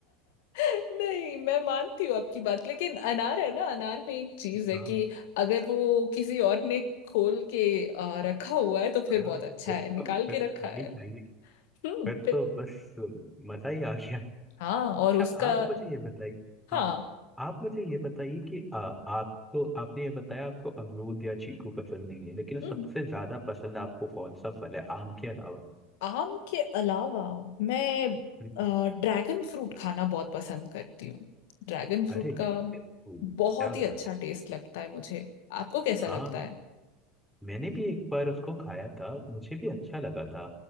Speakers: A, on the left (about 60°); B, in the centre.
A: नहीं मैं मानती हूँ आपकी बात लेकिन अनार है ना अनार में एक चीज
B: हाँ
A: है कि अगर वो किसी और ने खोल के आ, रखा हुआ है तो फिर
B: हाँ
A: बहुत अच्छा
B: फिर
A: है निकाल
B: तो फिर
A: के
B: क्या
A: रखा है
B: ही चाहिए
A: हम्म
B: फिर
A: फिर
B: तो बस मजा ही आ गया
A: हाँ और
B: अच्छा
A: उसका
B: आप मुझे ये बताइए
A: हाँ
B: हाँ आप मुझे ये बताइए कि आ, आप तो आपने ये बताया आपको अमरूद या चीकू पसंद नहीं है लेकिन सबसे
A: हम्म।
B: ज्यादा पसंद आपको कौन सा फल है आम के अलावा
A: आम के अलावा मैं
B: हम्म,
A: ड्रैगन फ्रूट खाना बहुत पसंद करती हूँ ड्रैगन फ्रूट
B: अरे
A: का
B: ठीक है ओ,
A: बहुत
B: क्या बात
A: ही अच्छा
B: है
A: टेस्ट लगता है मुझे आपको कैसा
B: हाँ
A: लगता है
B: मैंने भी एक बार उसको खाया था मुझे भी अच्छा लगा था